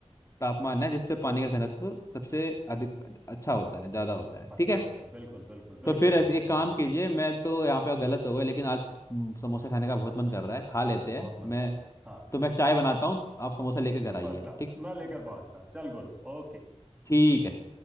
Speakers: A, on the left (about 25°); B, in the centre.
A: तापमान है जिसपे पानी का घनत्व सबसे अधिक अच्छा होता है ज्यादा होता है
B: अच्छा
A: ठीक है
B: होता है बिल्कुल बिल्कुल
A: तो
B: बिल्कुल
A: फिर ऐसे-
B: बिल्कुल
A: एक काम
B: बिल्कुल
A: कीजिए मैं तो यहाँ पे गलत हो गया लेकिन आज हम्म, समोसा खाने का बहुत मन कर रहा है खा लेते
B: बहुत
A: हैं
B: मन
A: मैं
B: कर रहा है हाँ
A: तो मैं चाय बनाता हूँ आप समोसा लेके घर आइए
B: फर्स्ट क्लास
A: ठीक
B: मैं लेकर पहुंचता चल गुरु ओके
A: ठीक है